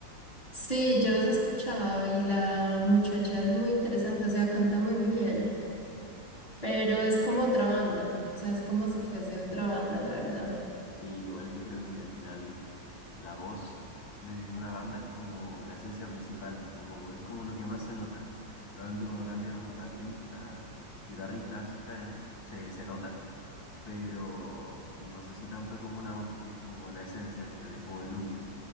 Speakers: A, on the left (about 20°); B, on the left (about 80°).
A: Sí, yo los he escuchado y la muchacha es muy interesante, o sea, canta muy bien. pero es como otra banda, o sea, es como si fuese otra banda, la verdad.
B: Sí, igual yo creo que al final la voz de una banda es como la esencia principal, como, es como lo que más se nota. Normalmente cuando cambia un baterista, guitarrista, bajista, se, se nota, pero no sé si tanto como una voz que es como la esencia al final, es como el núcleo.